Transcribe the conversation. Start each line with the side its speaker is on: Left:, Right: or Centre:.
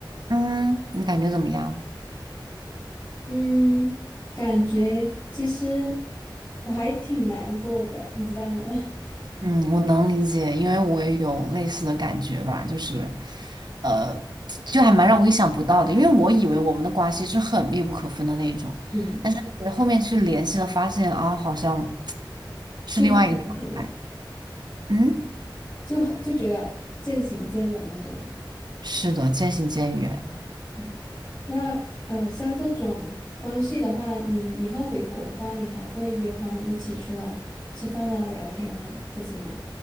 Right: 嗯，你感觉怎么样？
Left: 嗯，感觉其实我还挺难过的，你知道吗？
Right: 嗯，我能理解，因为我也有类似的感觉吧，就是，呃，就还蛮让我意想不到的，因为我以为我们的关系是很密不可分的那一种，
Left: <laughs> 嗯，
Right: 但是后面去联系了，发现啊，好像是另外一个状态。
Left: 就出门了，
Right: 嗯，
Left: 就就觉得渐行渐远那种。
Right: 是的，渐行渐远。
Left: 嗯那呃，像这种关系的话，你以后回国的话，你还会约他们一起出来吃饭啊、聊天啊这些吗？